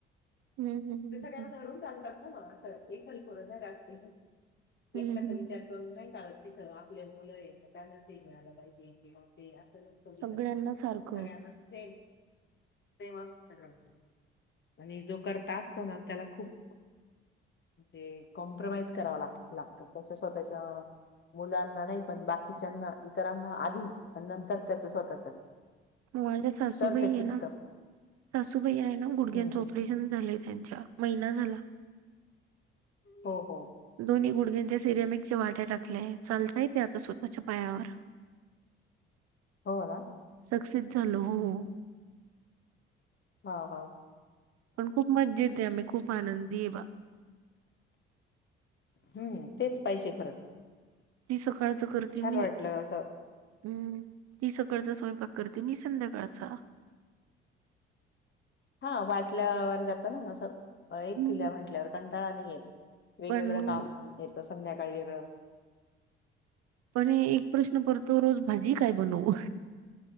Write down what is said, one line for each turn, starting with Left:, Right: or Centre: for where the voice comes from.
Right: हम्म हम्म हम्म
Left: ते सगळ्यांना
Right: हम्म
Left: धरून चालतात ना मग असं एक्कलकुरे नाही राहत ते
Right: हम्म
Left: एकट्याचा
Right: हम्म
Left: विचार.
Right: हम्म.
Left: करून नाही चालत नाही तथं आपल्या मुलं ये त्यांनाच हे मिळालं पाहिजे ते असं नसतं. कधीतरी
Right: सगळ्यांना सारखं
Left: सगळ्यांना सेम. सेम असतं सगळ्यांना आणि जो करता असतो ना त्याला खूप. ते कॉम्प्रोमाइज करावा ला लागतं त्याच्या स्वतःच्या. मुलांना नाही पण बाकीच्याना इतरांना आधी नंतर त्याचं स्वतःच.
Right: माझ्या सासूबाई
Left: तर ते
Right: आहे
Left: टिकतं.
Right: ना, सासूबाई आहे ना गुडघ्यानच
Left: हं, हं.
Right: ऑप शन झालंय त्यांच्या महिना झाला.
Left: हो हो
Right: दोन्ही गुडघ्यांच्या सिरेमिक चे वाट्या टाकल्याय चालताय ते आता स्वतःच्या पायावर.
Left: हो ना?
Right: सक्सेस झाल हो
Left: हा हा
Right: पण खूप मजेत आहे आम्ही खूप आनंदी आहे बा.
Left: हम्म तेच पाहिजे खर.
Right: ती सकाळच करते मी
Left: वाटलं असं
Right: हम्म ती सकाळचा स्वयंपाक करते, मी संध्याकाळचा.
Left: हा वाटल्यावर जातं ना असं एकटीला
Right: हम्म
Left: म्हंटल्यावर कंटाळा नाही येत. वेगवेगळं
Right: पण
Left: काम येतं संध्याकाळी वेगळं.
Right: पण एक प्रश्न पडतो, रोज भाजी काय बनवू?